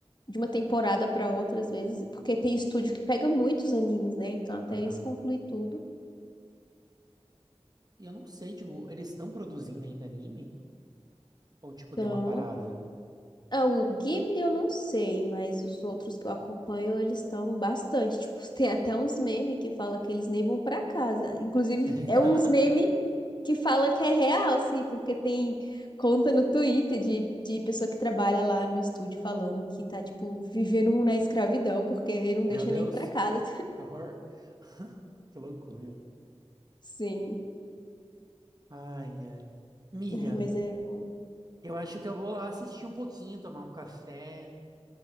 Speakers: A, on the left (about 40°); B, on the right (about 35°).
A: de uma temporada pra outra, às vezes, porque tem estúdio que pega muitos animes, né? Então, até
B: Aham.
A: eles concluem tudo.
B: E eu não sei, tipo, eles estão produzindo ainda anime? Ou, tipo,
A: Então,
B: deu uma parada?
A: Ah, o Ghibli eu não sei, mas os outros que eu acompanho, eles estão bastante. Tipo, <laughs> tem até uns memes que fala que eles nem vão pra casa. Inclusive,
B: <laughs>
A: é uns memes que fala que é real, assim, porque tem conta no Twitter de, de pessoa que trabalha lá no estúdio falando que tá, tipo, vivendo na escravidão, porque ele não deixa
B: Meu Deus,
A: nem pra casa.
B: que horror. <laughs> Que loucura.
A: Sim,
B: Ai, ai. Miga,
A: É, mas é. um,
B: eu acho que eu vou lá assistir um pouquinho, tomar um café,